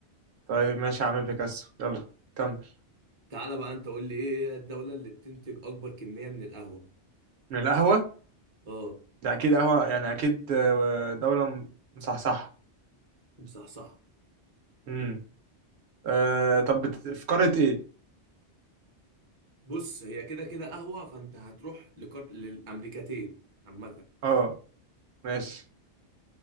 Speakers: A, on the right; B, on the right.
A: طيب ماشي يا عم بيكاسو يلا كمل
B: تعالى بقى انت قول لي ايه هي الدوله اللي بتنتج اكبر كميه من القهوه
A: من القهوة
B: اه
A: ده اكيد قهوة يعني اكيد آه، دولة م- مصحصحة
B: صح صح
A: امم آه طب بت... في قارة ايه
B: بص هي كده كده قهوه فانت هتروح لكر... للامريكتين عامه
A: اه ماشي